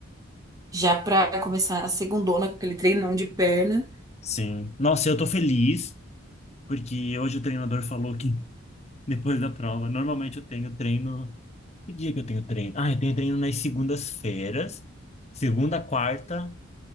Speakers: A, on the right (about 15°); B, on the left (about 30°).
A: Já pra começar a segundona com aquele treinão de perna.
B: sim. Nossa, eu tô feliz, porque hoje o treinador falou que <laughs> depois da prova, normalmente eu tenho treino. Que dia que eu tenho treino? Ah, eu tenho treino nas segundas-feiras, segunda, quarta